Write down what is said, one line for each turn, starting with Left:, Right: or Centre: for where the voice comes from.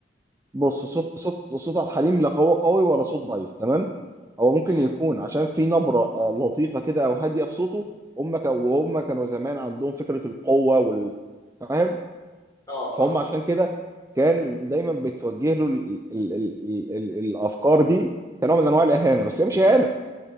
Right: بص صوت صوت صوت عبد الحليم لا قوي قوي ولا صوت ضعيف تمام هو ممكن
Left: امم
Right: يكون عشان في نبرة آه، لطيفة كده او هادية في صوته هم كانوا وهم كانوا زمان عندهم فكرة القوة وال فاهم
Left: اه
Right: فهم
Left: اه
Right: عشان كده كان دايما بتوجه له ال... ال... ال... ال... الافكار دي كنوع من انواع الاهانة بس هي مش اهانة